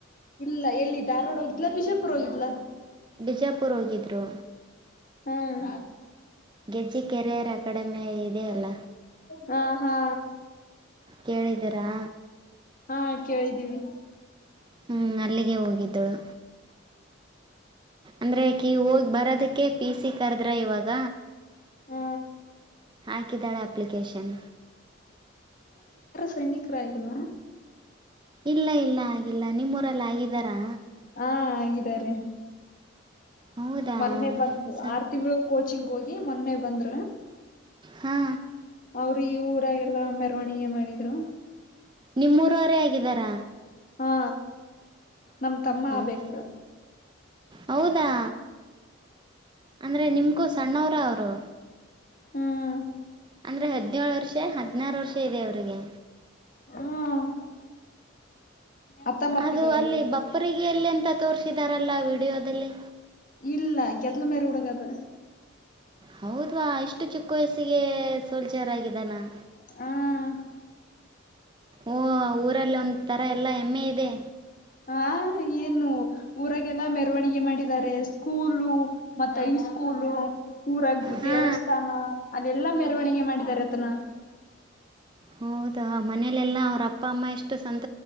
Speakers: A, on the left; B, on the right.
A: ಇಲ್ಲ ಎಲ್ಲಿ ಧಾರವಾಡ ಹೋಗಿದ್ಲಾ ಬಿಜಾಪುರ ಹೋಗಿದ್ಲಾ
B: ಬಿಜಾಪುರ ಹೋಗಿದ್ದ್ರು
A: ಹ್ಮ್
B: ಗೆಜ್ಜಿ ಕೆರಿಯರ್ ಅಕಾಡೆಮಿ ಇದೆ ಅಲ್ಲ
A: ಹ ಹಾ
B: ಕೇಳಿದರಾ
A: ಹಾ ಕೇಳಿದ್ದೀವಿ
B: ಹ್ಮ್ ಅಲ್ಲಿಗೆ ಹೋಗಿದ್ದಳು ಅಂದ್ರೆಕೀ ಹೋಗಿ ಬರೋದಕ್ಕೆ ಪೀಸಿ ಕರೆದ್ರ ಇವಾಗ
A: ಹೂ
B: ಹಾಕಿದ್ದಾಳೆ ಅಪ್ಲಿಕೇಶನ್
A: ಸೈನಿಕ್ರಾ ಆಗಿಲ್ಲಾವ
B: ಇಲ್ಲ ಇಲ್ಲ ಆಗಿಲ್ಲ ನಿಮ್ಮೂರೆಲ್ಲ ಆಗಿದ್ದಾರಾ
A: ಹಾ ಆಗಿದ್ದಾರೆ
B: ಹೌದಾ
A: ಮೊನ್ನೆ ಬಂದ್ರು
B: ಸರಿ
A: ಆರು ತಿಂಗಳು ಕೋಚ್ ಕೋಚಿಂಗ್ ಹೋಗಿ ಮೊನ್ನೆ ಬಂದ್ರೆ
B: ಹಾ
A: ಅವರು ಈ ಊರ ಎಲ್ಲಾ ಮೆರವಣಿಗೆ ಮಾಡಿದ್ರು
B: ನಿಮ್ಮೂರವರೇ ಆಗಿದ್ದಾರಾ
A: ಹಾ ನಮ್ಮ್ ತಮ್ಮ
B: ಹೌದಾ
A: ಆಬೇಕು
B: ಹೌದಾ ಅಂದ್ರೆ ನಿಮ್ಕೂ ಸಣ್ಣವ್ರ ಅವ್ರು
A: ಹ್ಮ್
B: ಅಂದ್ರೆ ಹದ್ನೇಳು ವರ್ಷ ಹದ್ನಾರು ವರ್ಷ ಇದೆ ಅವ್ರಿಗೆ
A: ಹ್ಮ್ ಹತ್ತೊಂಬತ್ತ
B: ಅದು
A: ಇದಾವೆ
B: ಅಲ್ಲಿ
A: ಏಜ್
B: ಬಪ್ಪರಿಗೆಯಲ್ಲಿ ಅಂತ ತೋರ್ಸಿದಾರಲ್ಲ ವಿಡಿಯೋದಲ್ಲಿ
A: ಇಲ್ಲ ಗೇದ್ಲಮೇರಿ ಹುಡುಗಾದು
B: ಹೌದ್ವಾ ಇಷ್ಟು ಚಿಕ್ಕ ವಯಸ್ಸಿಗೆ ಸೋಲ್ಜರಾಗಿದಾನ
A: ಹೂಂ
B: ಓ ಊರಲ್ಲಿ ಒಂಥರ ಎಲ್ಲ ಹೆಮ್ಮೆ ಇದೆ
A: ಹಾ ಏನು ಊರಾಗೆಲ್ಲ ಮೆರವಣಿಗೆ ಮಾಡಿದ್ದಾರೆ ಸ್ಕೂಲು ಮತ್ತೈಸ್ಕೂಲು ಊರ ಗುದ್
B: ಹಾ
A: ದೇವಸ್ಥಾನ ಅಲ್ಲೆಲ್ಲಾ ಮೆರವಣಿಗೆ ಮಾಡಿದಿದ್ದಾರೆ ಆತನ
B: ಹೌದಾ ಮನೇಲೆೆಲ್ಲಾ ಅವ್ರ ಅಪ್ಪ ಅಮ್ಮ ಎಷ್ಟು ಸಂತ್